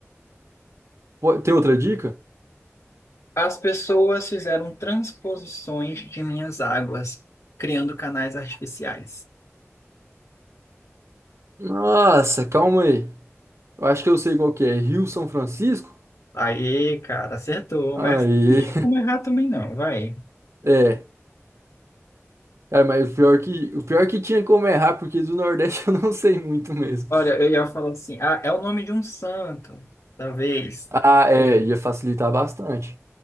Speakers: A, on the right; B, on the left.
A: po- Tem outra dica?
B: As pessoas fizeram transposições de minhas águas, criando canais artificiais.
A: Nossa, calma aí. Eu acho que eu sei qual que é. Rio São Francisco?
B: Aí, cara, acertou,
A: Aí.
B: mas não tinha como errar também não, vai.
A: <laughs> É. Cara, mas o pior que, o pior que tinha como errar, porque do Nordeste <laughs> eu não sei muito mesmo.
B: Olha, eu ia falar assim, ah, é o nome de um santo, talvez.
A: Ah, é, ia facilitar bastante.